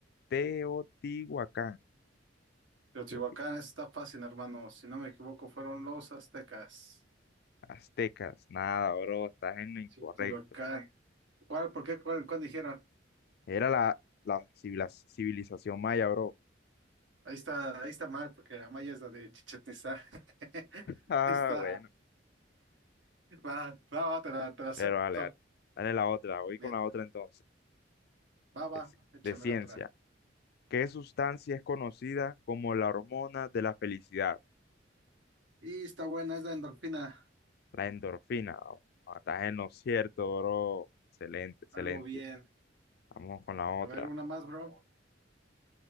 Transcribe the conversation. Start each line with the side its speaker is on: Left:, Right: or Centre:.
Left: Teotihuacán?
Right: Teotihuacán
Left: Teoti-
Right: está fácil, hermano. Si no me equivoco, fueron los aztecas.
Left: Aztecas. Nada, bro, estás en lo incorrecto.
Right: Sí, Teotihuacán. ¿Cuál? ¿Por qué? ¿Cuál, cuál dijeron?
Left: Era la, la civila- civilización maya, bro.
Right: Ahí está, ahí está mal, porque la maya es la de Chichén Itzá. <laughs>
Left: Ah,
Right: Está.
Left: bueno.
Right: Ah, Va, va, va, te la, te la acepto.
Left: Pero dale, dale. Dale la otra. Voy con
Right: Me-
Left: la otra entonces.
Right: va, va,
Left: De, ci-
Right: échame
Left: de ciencia.
Right: la otra.
Left: ¿Qué sustancia es conocida como la hormona de la felicidad?
Right: Y está buena, es la endorfina.
Left: La endorfina. Oh, Ah, estás en lo cierto, bro. Excelente, excelente.
Right: Algo bien.
Left: Vamos con la otra.
Right: A ver, una más, bro.